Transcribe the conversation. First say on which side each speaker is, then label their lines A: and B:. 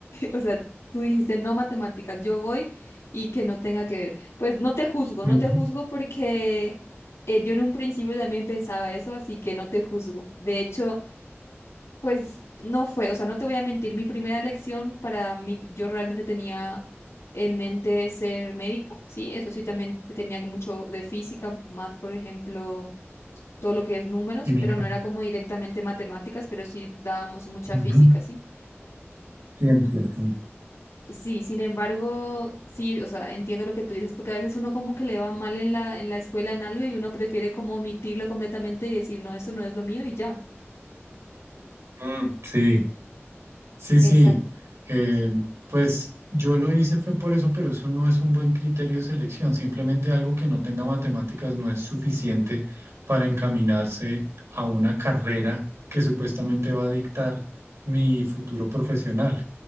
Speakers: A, on the left (about 85°); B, on the right (about 85°).
A: O sea, tú dijiste no matemáticas, yo voy y que no tenga que ver. Pues no te juzgo,
B: Ujú.
A: no te juzgo porque eh, yo en un principio también pensaba eso, así que no te juzgo. De hecho, pues no fue, o sea, no te voy a mentir, mi primera elección para mí, yo realmente tenía en mente ser médica, sí, eso sí, también te- tenía mucho de física, más por ejemplo, todo lo que es números,
B: Química.
A: pero no era como directamente matemáticas, pero sí dábamos mucha
B: Ujú.
A: física, sí.
B: Ciencia, sí.
A: Sí, sin embargo, sí, o sea, entiendo lo que tú dices, porque a veces uno como que le va mal en la, en la escuela en algo y uno prefiere como omitirlo completamente y decir, no, esto no es lo mío y ya.
B: Mm, sí. Sí,
A: Exacto,
B: sí, eh, pues yo lo hice fue por eso, pero eso no es un buen criterio de selección. Simplemente algo que no tenga matemáticas no es suficiente para encaminarse a una carrera que supuestamente va a dictar mi futuro profesional.